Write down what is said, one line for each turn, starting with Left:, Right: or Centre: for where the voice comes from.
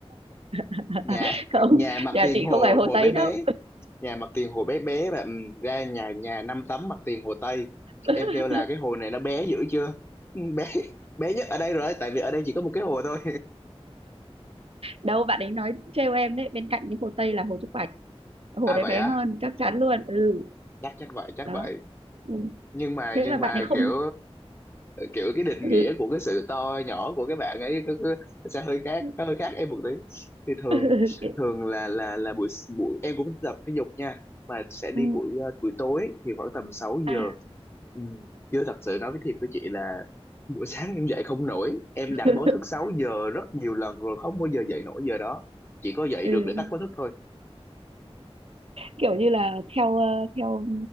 Right: <laughs>
Left: nhà
Right: không
Left: nhà mặt
Right: nhà
Left: tiền
Right: chị
Left: hồ
Right: không phải Hồ
Left: hồ
Right: Tây
Left: bé bé
Right: đâu
Left: nhà mặt tiền hồ bé bé và ừm, ra nhà nhà năm tấm mặt tiền hồ Tây
Right: <laughs>
Left: em kêu là cái hồ này nó bé dữ chưa Ừ, bé <laughs> bé nhất ở đây rồi tại vì ở đây chỉ có một cái hồ thôi
Right: đâu bạn ấy nói trêu em đấy bên cạnh cái Hồ Tây là Hồ Trúc Bạch hồ
Left: à
Right: đấy
Left: vậy
Right: bé
Left: á
Right: hơn chắc chắn luôn ừ
Left: chắc chắc vậy chắc
Right: đó
Left: vậy
Right: ừ.
Left: nhưng mà
Right: thế
Left: nhưng
Right: là bạn
Left: mà
Right: ấy không
Left: kiểu kiểu cái định
Right: ừ.
Left: nghĩa của cái sự to nhỏ của cái bạn ấy cứ, cứ sẽ hơi khác
Right: ừ.
Left: hơi khác em một tí thì thường
Right: ừ.
Left: thường là là là buổi buổi em cũng tập thể dục nha mà sẽ đi
Right: ừ,
Left: buổi ờ, buổi tối thì khoảng tầm 6
Right: à
Left: giờ ừ. chưa thật sự nói với thiệt với chị là buổi sáng em dậy không nổi em
Right: <laughs>
Left: đặt báo thức 6 giờ rất nhiều lần rồi không bao giờ dậy nổi giờ đó chỉ có dậy
Right: ừ
Left: được để tắt báo thức thôi
Right: kiểu như là theo ờ, theo